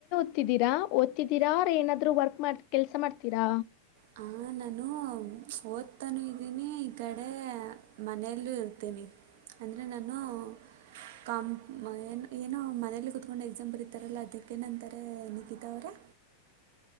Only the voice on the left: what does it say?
<unintelligible> ದ್ದೀರಾ ಓದ್ ತಿದ್ದೀರ ಏನಾದ್ರು ವರ್ಕ್ ಮಾಡ್ ಕೆಲ್ಸ ಮಾಡ್ತೀರಾ.
<inaudible>